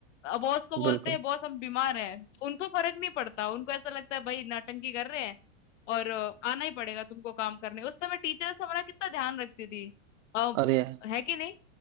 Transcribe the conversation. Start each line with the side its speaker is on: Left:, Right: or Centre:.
Left: बॉस को बोलते
Right: बिल्कुल
Left: हैं बॉस हम बीमार हैं तो उनको फर्क नहीं पड़ता उनको ऐसा लगता है भाई नाटंकी कर रहे हैं और अ, आना ही पड़ेगा तुमको काम करने उस समय टीचर्स हमारा कितना ध्यान रखती थी आ,
Right: अरे यार
Left: है कि नहीं